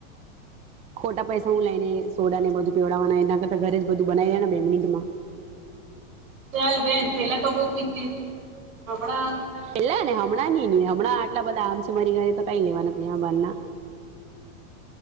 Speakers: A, on the right; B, on the right.
A: ખોટા પૈસા છું લઈને સોડા ને બધું પીવડાવવાના એના કરતા ઘરે જ બધું બનાવીયા ને બે મિનિટમાં
B: ચાલ ભેન પેલા તો બુકતી હતી આપણા
A: પેલા ને હમણાં નઈ હમણાં એટલા બધા આમ છે મારી ગારે તો કઈ લેવાના પ બાર ના